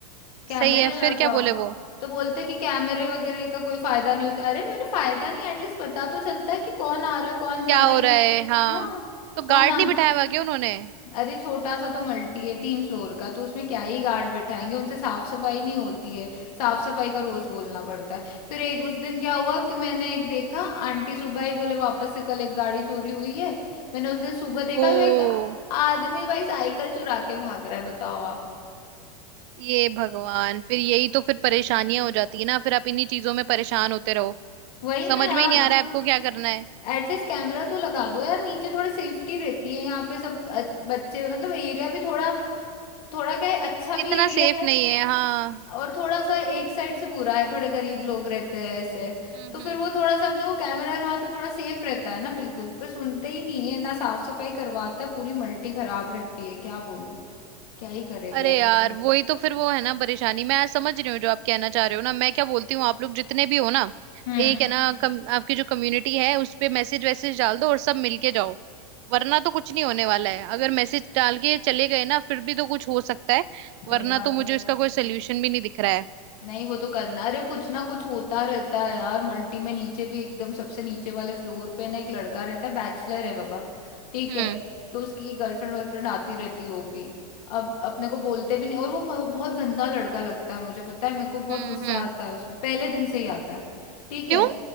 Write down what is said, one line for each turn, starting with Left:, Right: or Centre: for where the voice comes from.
Left: कैमरे
Right: सही है
Left: लगवाओ
Right: फिर क्या बोले वो
Left: तो बोलते कि कैमरे वगैरह का कोई फायदा नहीं होता अरे मैं बोली फायदा नहीं एटलीस्ट पता तो चलता है कि कौन आ रहा है कौन जा
Right: क्या
Left: रहा
Right: हो
Left: है
Right: रहा
Left: ये
Right: है हाँ
Left: हाँ
Right: तो
Left: कौन
Right: गार्ड
Left: आ
Right: नहीं बिठाया हुआ क्या उन्होंने
Left: अरे छोटा सा तो मल्टी है तीन फ्लोर का तो उसमें क्या ही गार्ड बैठाएंगे उनसे साफ सफाई नहीं होती है साफ सफाई का रोज बोलना पड़ता है फिर एक उस दिन क्या हुआ कि मैंने एक देखा आंटी सुबह ही बोले वापस से कल एक गाड़ी चोरी हुई है मैंने उस दिन सुबह
Right: ओ
Left: देखा तो एक आदमी भाई साइकिल चुरा के भाग रहा है बताओ आप
Right: ये भगवान फिर यही तो फिर परेशानियां हो जाती है ना फिर आप इन्हीं चीजों में परेशान होते रहो
Left: वही
Right: समझ
Left: ना यार
Right: में ही नहीं आ रहा है आपको क्या करना है
Left: एटलीस्ट कैमरा तो लगा दो यार नीचे थोड़ी सेफ्टी रहती है यहाँ पे सब अ- बच्चे मतलब एरिया भी थोड़ा थोड़ा क्या है अच्छा
Right: इतना
Left: भी एरिया
Right: सेफ
Left: है
Right: नहीं है हाँ
Left: और थोड़ा सा एक साइड से बुरा है थोड़े गरीब लोग रहते हैं ऐसे
Right: हम्म
Left: तो फिर
Right: हम्म
Left: वो थोड़ा सा अपने को कैमरा रहा तो थोड़ा सेफ रहता है ना बिल्कुल पर सुनते ही नहीं है ना साफ सफाई करवाता है पूरी मल्टी खराब रहती है क्या बोलूं क्या ही करेंगे
Right: अरे
Left: अब
Right: यार
Left: इसमें
Right: वही तो फिर वो है ना परेशानी मैं समझ रही हूँ जो आप कहना चाह रहे हो ना मैं क्या बोलती हूँ आप लोग जितने भी हो ना
Left: हम्म
Right: एक है ना कम, आपकी जो कम्युनिटी है उस पे मैसेज वैसेज डाल दो और सब मिलके जाओ वरना तो कुछ नहीं होने वाला है अगर मैसेज डाल के चले गए ना फिर भी तो कुछ हो सकता है
Left: सही
Right: वरना
Left: बात
Right: तो मुझे
Left: है
Right: इसका कोई सोल्यूशन भी नहीं दिख रहा है
Left: नहीं वो तो करना अरे कुछ ना कुछ होता रहता है यार मल्टी में नीचे भी एकदम सबसे नीचे वाले फ्लोर पे ना एक लड़का रहता है बैचलर है बाबा ठीक
Right: हम्म
Left: है तो उसकी गर्लफ्रेंड वर्लफ्रेंड आती रहती होगी अब अपने को बोलते भी नहीं और वो बहु, बहुत गंदा लड़का लगता है मुझे पता है मेरे को बहुत
Right: हम्म
Left: गुस्सा
Right: हम्म
Left: आता है उस पे पहले दिन से ही आता है ठीक
Right: क्यों
Left: है